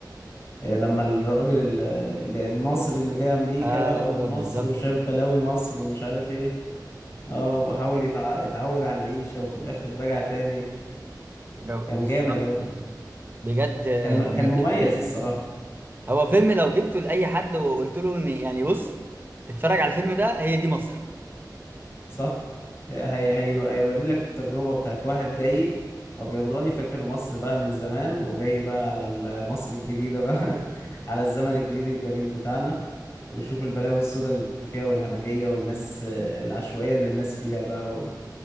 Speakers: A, on the left (about 35°); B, on the right (about 25°).
A: آه، لما الراجل ال- ال- المصري اللي جاي امريكا
B: ايوه
A: بقى ومن مصر
B: بالظبط
A: وشاف بلاوي مصر ومش عارف ايه اه وحاول يتع... يتعود على العيشة وفي الاخر رجع تاني
B: جو-
A: كان
B: بالظبط
A: جامد اه
B: يعني بجد يعني
A: كان كان مميز
B: فيلم فيه
A: الصراحة
B: هو فيلم لو جبته لأي حد وقلت له ان يعني بص اتفرج على الفيلم ده هي دي مصر
A: صح هي... هي... هيوري لك التجربة بتاعت واحد جاي ابيضاني فاكر مصر بقى من زمان وجاي بقى على ال- مصر الجديدة بقى <laughs> على الزمن الجديد الجميل بتاعنا وشوف البلاوي السوداء اللي فيها والهمجية والناس آه، العشوائية اللي الناس فيها بقى و...